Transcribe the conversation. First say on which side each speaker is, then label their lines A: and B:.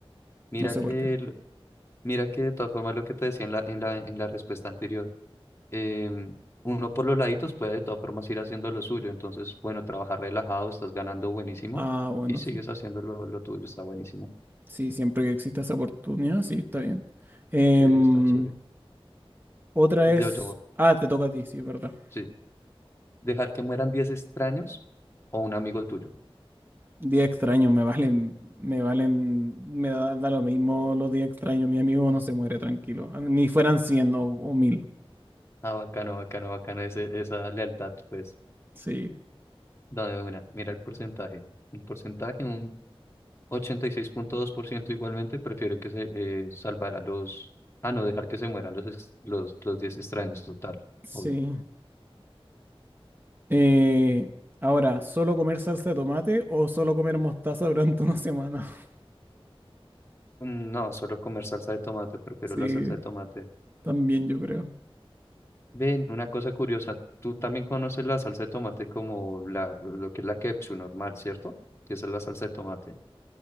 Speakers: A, on the left (about 25°); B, on the right (about 20°).
A: Mira
B: No sé
A: que,
B: por qué.
A: el- mira que de todas formas lo que te decía en la, en la, en la respuesta anterior, em, uno por los laditos puede de todas formas ir haciendo lo suyo, entonces, bueno, trabajar relajado, estás ganando buenísimo
B: Ah, bueno,
A: y sigues
B: sí.
A: haciendo lo, lo tuyo, está buenísimo.
B: Sí, siempre que exista esa oportunidad, sí, está bien. Em,
A: Sí, está chévere.
B: otra es...
A: Yo, yo,
B: Ah, te toca a ti, sí, es ¿verdad?
A: sí, dejar que mueran 10 extraños o un amigo tuyo.
B: Día extraño, me valen, me valen, me da, da lo mismo los días extraños, mi amigo no se muere tranquilo, ah, ni fueran cien o, o 1000.
A: Ah, bacano, bacano, bacano, ese, esa lealtad, pues,
B: Sí,
A: dame una, mira el porcentaje. El porcentaje, ochenta y seis punto dos por ciento igualmente prefiere que se eh, salvara los... Ah, no, dejar que se mueran los, ex- los, los 10 extraños, total,
B: sí.
A: obvio.
B: Eh, ahora, ¿solo comer salsa de tomate o solo comer mostaza durante una semana? <laughs>
A: Mm, No, solo comer salsa de tomate, prefiero
B: Sí,
A: la salsa de tomate.
B: también yo creo.
A: Ven, una cosa curiosa, tú también conoces la salsa de tomate como la, lo que es la ketchup normal, ¿cierto? Que esa es la salsa de tomate.